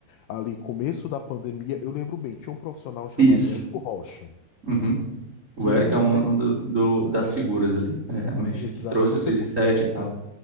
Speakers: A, on the left; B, on the right.
A: ali começo da pandemia. Eu lembro bem, tinha um profissional chamado
B: Isso.
A: Érico Rocha,
B: Uhum. O
A: que
B: Eric
A: ele
B: é um,
A: levou.
B: um do, do- das figuras ali, é, realmente,
A: Exata.
B: que trouxe
A: Você,
B: o 6 e 7 e tal.